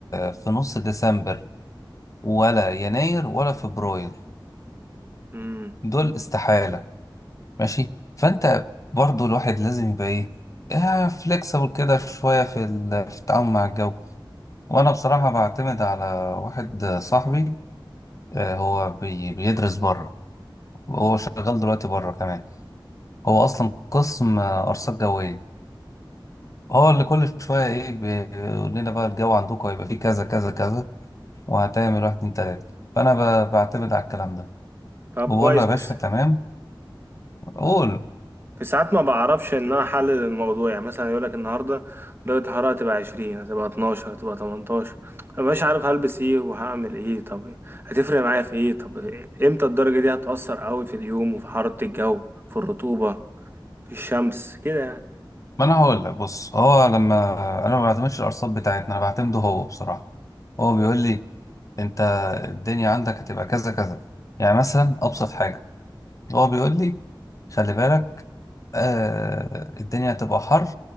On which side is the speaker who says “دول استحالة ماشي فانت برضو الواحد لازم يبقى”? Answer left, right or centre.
Left